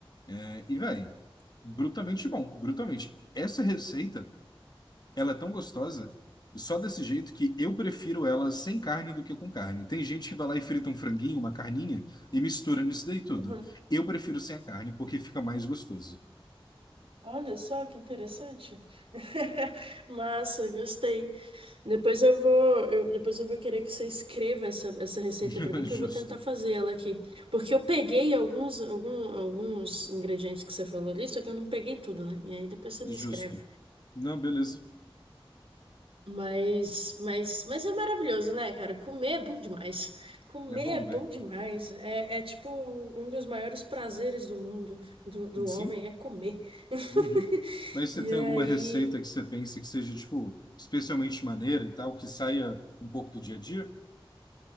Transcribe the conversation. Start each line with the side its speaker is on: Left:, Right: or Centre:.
Left: É, e, véi, brutamente bom, brutamente. Essa receita, ela é tão gostosa, só desse jeito que eu prefiro ela sem carne do que com carne. Tem gente que vai lá e frita um franguinho, uma carninha e mistura nisso daí tudo.
Right: uhum.
Left: Eu prefiro sem a carne, porque fica mais gostoso.
Right: Olha só que interessante. <laughs> Massa, gostei. Depois eu vou, eu- depois eu vou querer que você escreva essa, essa receita
Left: <laughs>
Right: para mim, que
Left: Justo,
Right: eu vou tentar fazer ela aqui. Porque eu peguei alguns, algum- alguns ingredientes que você falou ali, só que eu não peguei tudo, né? E aí depois você
Left: justo.
Right: me escreve.
Left: Não, beleza.
Right: Mas, mas, mas é maravilhoso, né, cara? Comer é bom demais. Comer
Left: É bom,
Right: é bom
Left: velho.
Right: demais. É, é tipo um dos maiores prazeres do mundo, do, do
Left: Sim.
Right: homem, é comer. <laughs>
Left: Uhum. Mas você
Right: E
Left: tem
Right: aí,
Left: alguma receita que você pensa que seja, tipo, especialmente maneira e tal, que saia um pouco do dia a dia?